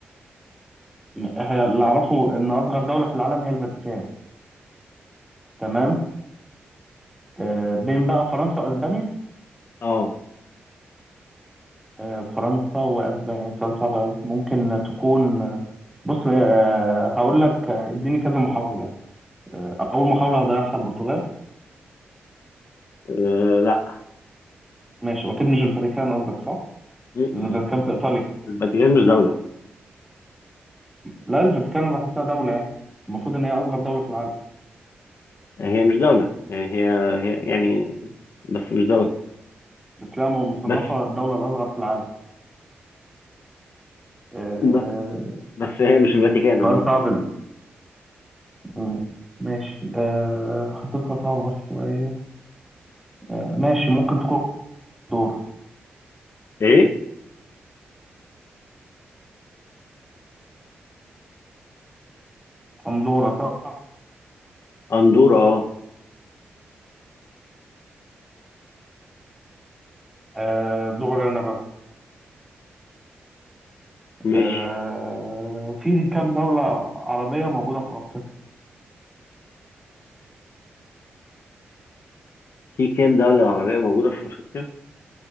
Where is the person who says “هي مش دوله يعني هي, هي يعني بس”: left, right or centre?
Left